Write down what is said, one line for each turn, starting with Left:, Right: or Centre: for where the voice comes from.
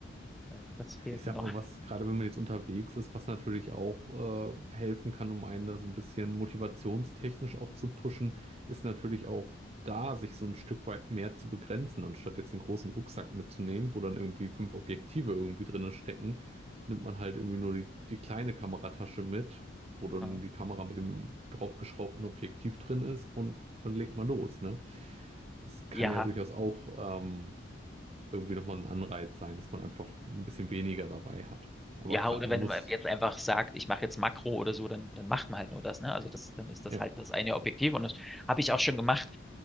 Centre: weil das fehlt
Right: Ich sag
Centre: mir noch.
Right: mal, was gerade wenn man jetzt unterwegs ist, was natürlich auch äh, helfen kann, um einen da so ein bisschen motivationstechnisch auch zu pushen, ist natürlich auch da, sich so ein Stück weit mehr zu begrenzen, anstatt jetzt den großen Rucksack mitzunehmen, wo dann irgendwie fünf Objektive irgendwie drinne stecken, nimmt man halt irgendwie nur die, die kleine Kameratasche mit, wo dann
Centre: <laughs>
Right: die Kamera mit dem draufgeschraubten Objektiv drin ist und dann legt man los, ne? Das kann
Centre: Ja.
Right: ja durchaus auch ähm, irgendwie nochmal ein Anreiz sein, dass man einfach ein bisschen weniger dabei hat. Aber
Centre: Ja,
Right: klar,
Centre: oder
Right: man
Centre: wenn
Right: muss,
Centre: man jetzt einfach sagt, ich mache jetzt Makro oder so, dann, dann macht man halt nur das, ne? Also das, dann ist das
Right: ja,
Centre: halt das eine Objektiv und das habe ich auch schon gemacht.